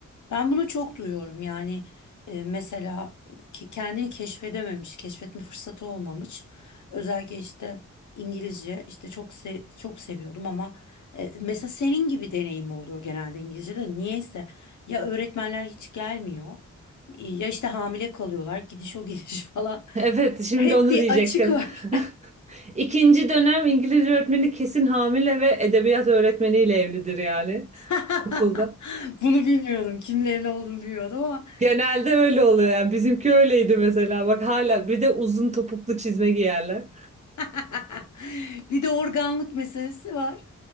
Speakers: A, on the left; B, on the right.
A: Ben bunu çok duyuyorum yani e, mesela e, ki- kendini keşfedememiş, keşfetme fırsatı olmamış. Özellikle işte İngilizce işte çok se- çok seviyordum ama e, mesela senin gibi deneyim oluyor genelde İngilizce'de. Niyeyse ya öğretmenler hiç gelmiyor ya işte hamile kalıyorlar gidiş o gidiş <laughs> falan.
B: Evet, şimdi
A: Hep
B: onu
A: bir
B: diyecektim.
A: açık var.
B: <laughs> İkinci dönem İngilizce öğretmeni kesin hamile ve edebiyat öğretmeniyle evlidir yani
A: <laughs>
B: okulda.
A: Bunu bilmiyordum. Kimle evli olduğunu bilmiyordum ama.
B: Genelde öyle oluyor yani bizimki öyleydi mesela bak hala bir de uzun topuklu çizme giyerler.
A: <laughs> Bir de organlık meselesi var.